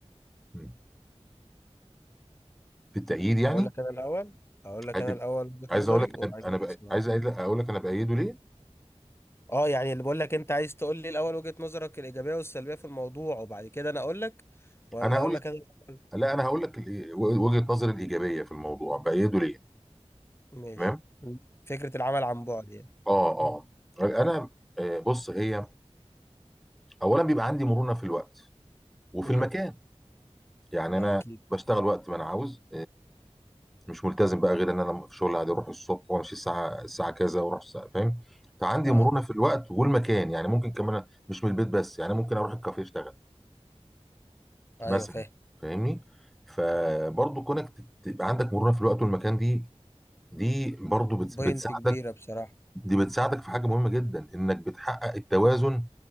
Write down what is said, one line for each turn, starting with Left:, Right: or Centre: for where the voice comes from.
Centre: مم. في التأييد يعني
Left: اقول لك انا الاول اقول لك
Centre: عاد-
Left: انا الاول وجهة
Centre: عايز
Left: نظري
Centre: اقول لك
Left: وبعد
Centre: انا
Left: كده
Centre: أنا بأ-
Left: اسمع
Centre: عايز أقول لك أقول لك انا بأيده ليه
Left: اه يعني اللي بقول لك انت عايز تقول لي الاول وجهة نظرك الايجابيه والسلبيه في الموضوع وبعد كده انا اقول لك ولا
Centre: انا هقول
Left: اقول لك انا الأول؟
Centre: لا انا هقول لك ال- وجهة نظري الايجابيه في الموضوع بأيده ليه
Left: ماشي
Centre: تمام
Left: فكره العمل عن بعد يعني
Centre: اه اه انا آه، بص هي اولا بيبقى عندي مرونه في الوقت وفي
Left: امم
Centre: المكان يعني
Left: اكيد
Centre: انا بشتغل وقت ما انا عاوز مش ملتزم بقى غير ان انا في شغل عادي اروح الصبح وامشي الساعه الساعه كذا واروح الساعه فاهم فعندي
Left: اه
Centre: مرونه في الوقت والمكان يعني ممكن كمان مش من البيت بس يعني ممكن اروح الكافيه اشتغل
Left: ايوه
Centre: مثلا
Left: فاهم
Centre: فاهمني فبرضه كونك تت- تبقى عندك مرونه في الوقت والمكان دي دي برضه بت-
Left: بوينت
Centre: بتساعدك
Left: كبيره بصراحه
Centre: دي بتساعدك في حاجه مهمه جدا انك بتحقق التوازن